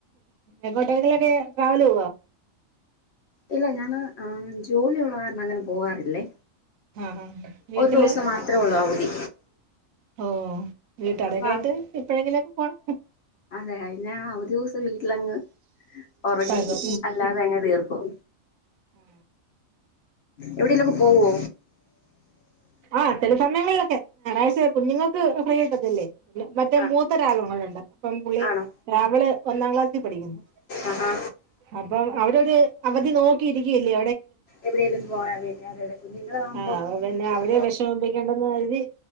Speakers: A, on the right; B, on the left.
A: എക്കോട്ടേങ്കിലൊക്കെ ട്രാവൽ പോവോ?
B: ഇല്ല ഞാന് ജോലിയുള്ള കാരണം അങ്ങനെ പോവാാറില്ലേ.
A: ആഹ് ആഹ് വീട്ടില്
B: ഒരു ദിവസം മാത്രമേ ഉള്ളു അവധി.
A: ഓ വീട്ടാരൊക്കെ
B: അപ്പൊ
A: എയിട്ട് ഇപ്പോഴെങ്കിലുംക്കെ പോണം.
B: അതെ <unintelligible> ദിവസം വീട്ടിലങ്ങ് ഉറങ്ങി
A: പഴകം
B: അല്ലാതെ അങ്ങനെ തീർക്കും
A: ഉഹ
B: എവിടെെല്ലക്കും പോവോ
A: ആ ചില സമയങ്ങളിലൊക്കെ ഞായറാഴ്ച കുഞ്ഞുങ്ങൾക്ക് ഫ്രീ ആയിട്ടത്ല്ലേ മറ്റേ
B: ആ
A: മൂത്തരാളങ്ങളുണ്ട് അപ്പം പുള്ളി
B: ആണോ
A: രാവിലെ ഒന്നാം ക്ലാസ്സിൽ പഠിക്കുന്നു
B: ആഹാ
A: അപ്പം അവിടെരു അവധി നോക്കിയിരിക്കല്ലേ
B: എവിടെേലും പോയാ വര അതെതെ കുഞ്ഞുങ്ങളാകുമ്പോ
A: ആ
B: അങ്ങോട്ട്
A: അവരെ വിഷമിപ്പിക്കേണ്ടെന്ന് കരുതി